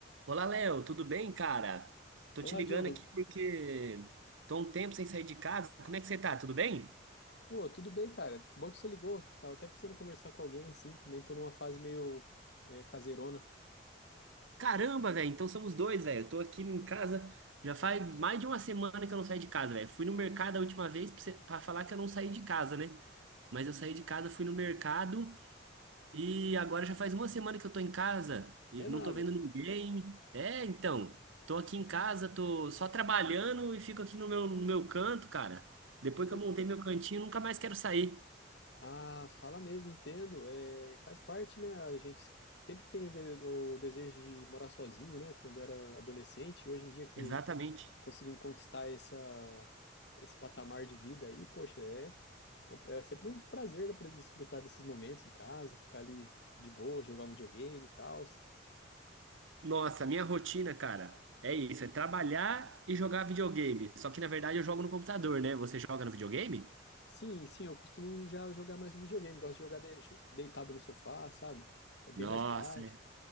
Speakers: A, on the right (about 75°); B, on the left (about 60°).
A: Olá, Léo, tudo bem, cara? Tô
B: Olá,
A: te ligando
B: Diogo.
A: aqui porque tô um tempo sem sair de casa. Como é que você tá? Tudo bem?
B: Pô, tudo bem, cara? Que bom que você ligou. Tava até precisando conversar com alguém, sim. Também tô numa fase meio é, caseirona.
A: Caramba, velho, então somos dois, velho. Eu tô aqui em casa já faz mais de uma semana que eu não saio de casa, velho. Fui no mercado a última vez pra, você- pra falar que eu não saí de casa, né? Mas eu saí de casa, fui no mercado e agora já faz uma semana que eu tô em casa e
B: É
A: não
B: nada.
A: tô vendo ninguém. É, então, tô aqui em casa, tô só trabalhando e fico aqui no meu, no meu canto, cara. Depois
B: Eita.
A: que eu montei meu cantinho, nunca mais quero sair.
B: Ah, fala mesmo, entendo. É, faz parte, né? A gente sempre teve o desejo de morar sozinho, né? Quando era adolescente. E hoje em dia que
A: Exatamente.
B: conseguimos conquistar essa, esse patamar de vida aí, poxa, é, é é sempre um prazer, né, para desfrutar desses momentos em casa, ficar ali de boa, jogar um videogame e tal.
A: Nossa, minha rotina, cara, é isso, é trabalhar e jogar videogame. Só que na verdade eu jogo no computador, né? Você joga no videogame?
B: Sim, sim, eu costumo já jogar mais no videogame, gosto de jogar de- deitado no sofá, sabe? É bem
A: Nossa,
B: mais prático.
A: é-